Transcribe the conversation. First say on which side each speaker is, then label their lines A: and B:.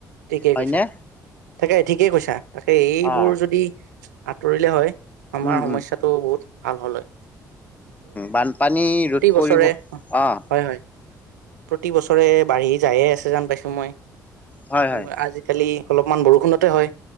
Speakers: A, on the right; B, on the left.
A: ঠিকেই
B: হয়নে
A: কৈছা, তাকে ঠিকেই কৈছা, তাকে এইবোৰ
B: অ
A: যদি আঁতৰিলে হয় আমাৰ
B: উম
A: সমস্যয়াাতটো
B: উম
A: বহুত ভাল হ'লে
B: বানপানী ৰোধ
A: বছৰে
B: কৰিব, অঁ।
A: হয় হয় প্ৰতি বছৰে বাঢ়ি যায়ে আছে যেন পাইছোঁ মই।
B: হয়
A: কি
B: হয়
A: আজিকালি অলপমান বৰষুণতে হয়।